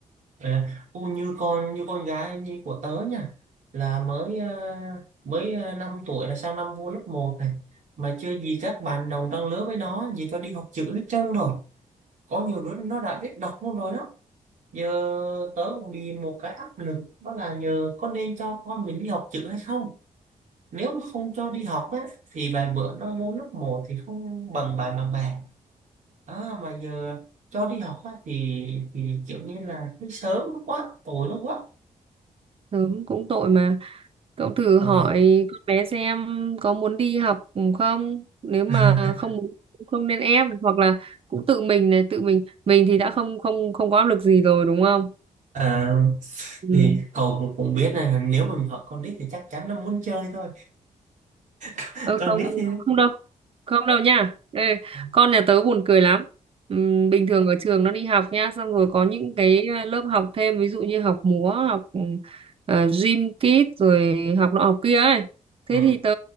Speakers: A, on the right; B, on the right.
A: À, u như con như con gái như của tớ nha là mới à, mới à, 5 tuổi là sang năm vô lớp một này mà chưa gì các bạn đồng trang lứa với nó gì cho đi học chữ hết trơn rồi có nhiều đứa nó đã biết đọc luôn rồi đó giờ tớ cũng bị một cái áp lực đó là giờ có nên cho con mình đi học chữ hay không nếu mà không cho đi học á thì vài bữa nó vô lớp một thì không bằng bạn bằng bè à, mà giờ cho đi học á, thì thì kiểu như là cái sớm quá tối nó quá
B: Sớm cũng tội mà. Cậu thử
A: Ờ,
B: hỏi con bé xem có muốn đi học không? Nếu mà
A: <laughs>
B: không muốn cũng không nên ép hoặc là cũng tự mình này, tự mình mình thì đã không không không có áp lực gì rồi đúng không?
A: Ờ,
B: Ừ.
A: thì cậu cũng cũng biết là nếu mà mình hỏi con nít thì chắc chắn nó muốn chơi thôi <laughs>
B: Ơ
A: con
B: không
A: nít thì
B: không đâu không đâu nha Ê,
A: <laughs>
B: con nhà tớ buồn cười lắm Ừm, bình thường ở trường nó đi học nha xong rồi có những cái ờ, lớp học thêm ví dụ như học múa học ừm, à, gym kit rồi học nọ học kia ấy thế
A: ừ.
B: thì tớ